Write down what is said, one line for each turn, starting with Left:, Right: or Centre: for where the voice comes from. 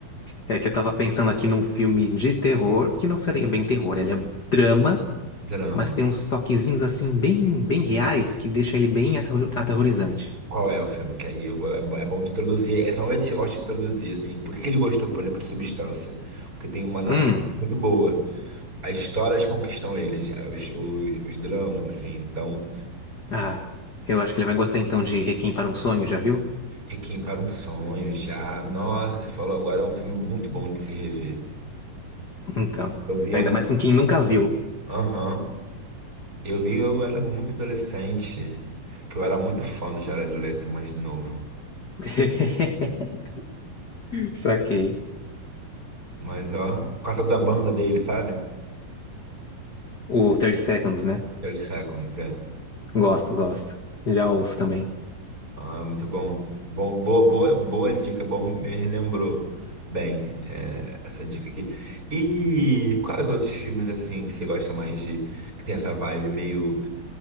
Left: É que eu tava pensando aqui num filme de terror, que não seria bem terror, ele é drama
Right: Drama.
Left: mas tem uns toquezinhos assim bem, bem reais que deixa ele bem aterro- aterrorizante.
Right: Qual é o filme? Que aí eu vou, é bo- é bom te introduzir. É realmente que eu gosto de introduzir, assim. Por que que ele gostou, por exemplo, de Substância? Porque tem uma narrativa
Left: Hum,
Right: muito boa. As histórias conquistam ele, já, os, os, os dramas, assim. Então,
Left: ah, eu acho que ele vai gostar então de Requiem para um Sonho, já viu?
Right: Requiem para um Sonho, já. Nossa, você falou agora, é um filme muito bom de se rever.
Left: Então,
Right: Eu via
Left: ainda
Right: muito.
Left: mais com quem nunca viu.
Right: Aham. Eu vi, eu era muito adolescente. Que eu era muito fã do Jared Leto, mais novo.
Left: <laughs> Saquei.
Right: Mas, ó, por causa da banda dele, sabe?
Left: O 30 Seconds, né?
Right: Thirty Seconds, é.
Left: Gosto, gosto. Já ouço também.
Right: Ah, muito bom. Bom, boa, boa, boa dica, bom, me relembrou bem é, essa dica aqui. E quais outros filmes assim que você gosta mais de que tem essa vibe meio